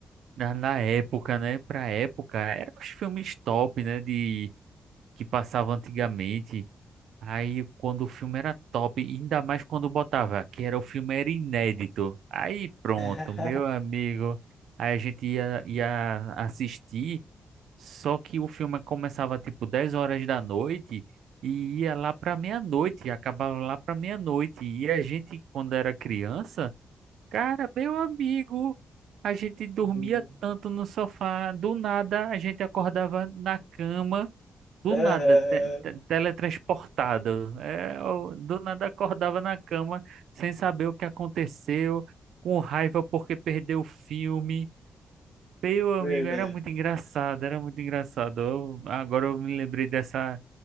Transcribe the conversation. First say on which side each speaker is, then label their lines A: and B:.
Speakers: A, on the right; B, on the left.
A: na, na época, né? Pra época, eram os filmes top, né? De que passava antigamente. Aí quando o filme era top, e ainda mais quando botava, que era o filme era inédito. Aí pronto,
B: <laughs>
A: meu amigo, aí a gente ia, ia assistir, só que o filme começava tipo 10 horas da noite e ia lá pra meia-noite, acabava lá pra meia-noite. E a gente, quando era criança, cara, meu amigo, a gente dormia
B: Uhum.
A: tanto no sofá, do nada a gente acordava na cama do
B: Aham,
A: nada, te- te- teletransportado. É, eu do nada acordava na cama sem saber o que aconteceu, com raiva porque perdeu o filme. Meu amigo,
B: verdade.
A: era muito engraçado, era muito engraçado. Eu- agora eu me lembrei dessa,